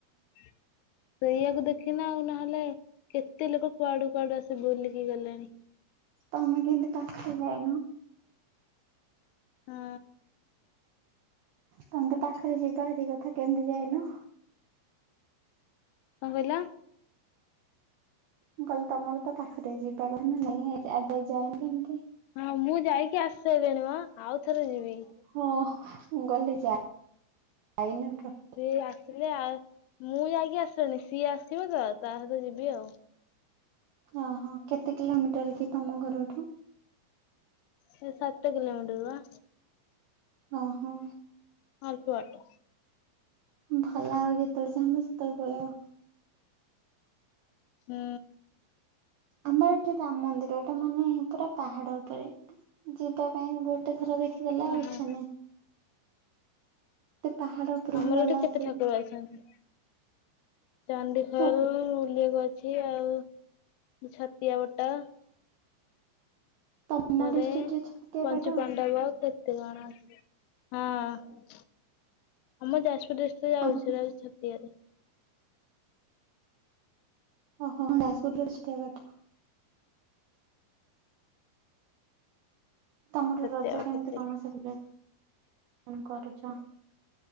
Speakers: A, on the left; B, on the right.
A: ସେଇଆକୁ ଦେଖିନ ଆଉ ନହେଲେ କେତେ ଲୋକ କୁଆଡ଼ୁ କୁଆଡ଼ୁ ଆସି ବୁଲିକି ଗଲେଣି।
B: ତମେ କେନ୍ତି ପାଖରେ ଯାଇନ?
A: ଅଁ
B: ତମେ ତ ପାଖରେ ଯିବା ହାରି କଥା କେମତି ଯାଇନ?
A: କଣ କହିଲ?
B: ମୁଁ କହିଲି ତମର ତ ପାଖରେ ଯିବା କଥା ନା ନାଇଁ ଆଜି ଯାଏ ଯାଇନ କେମିତି?
A: ହଁ ମୁଁ ଯାଇକି ଆସିି ସାଇଲିଣି ମ ଆଉ ଥରେ ଯିବି।
B: ଓଃ ମୁ କହିଲି ଯାଇନ ଟୋ
A: ସିଏ ଆସିଲେ ଆ ମୁଁ ଯାଇକି ଆସିସାଲି ସିଏ ଆସିବ ତ ତା ସହିତ ଯିବି ଆଉ।
B: ଓହୋ କେତେ କିଲୋମିଟର କି ତମ ଘରଠୁ?
A: ସେ ସାତ କିଲୋମିଟର ବା।
B: ଓହୋ।
A: ଅଳ୍ପ ବାଟ।
B: ଭଲ ଆଉ ଯେତେବେଳେ ଚାହିଁବ ସେତେବେଳେ ପଳେଇବ।
A: ହୁଁ।
B: ଆମର ଏଠି ଦାମ ମନ୍ଦିରଟା ମାନେ ପୁରା ପାହାଡ଼ ଓପରେ। ଯିବା ପାଇଁ ଗୋଟେ ଥର ଦେଖିଦେଲେ ଆଉ
A: ଓହୋ।
B: ଇଚ୍ଛା ନାଇଁ। ପାହାଡ ଉପରକୁ
A: ଆମର
B: ଗଲା
A: ଏଠି କେତେ
B: ସବୁ
A: ଠାକୁର ଅଛନ୍ତି ଚଣ୍ଡିଖୋଲ
B: ସବୁ
A: ବୁଲିଆକୁ ଅ ଛି ଆଉ ଛତିଆ ବଟ।
B: ତମ
A: ଜାଡ଼େ
B: ଡିଷ୍ଟ୍ରିକ୍ଟରେ ଛତିଆ
A: ପଞ୍ଚୁ
B: ବାଟ
A: ପାଣ୍ଡବ କେ ତେ କଣ ହଁ। ଆମ ଯାଜପୁର ଡ଼ିଷ୍ଟ୍ରିକଟ
B: ଆମ
A: ଯାଉଛି ଯାଉ ଛତିଆରେ।
B: ଓହୋ ଯାଜପୁର <unintelligible> ଛତିଆ ବାଟ। ତମର
A: ଛତିଆ
B: ରଜ
A: ବଟ
B: କେମିତି
A: ସେଇଠି।
B: କଣ ସେଲିବ୍ରେଟ ମାନେ କରୁଚ?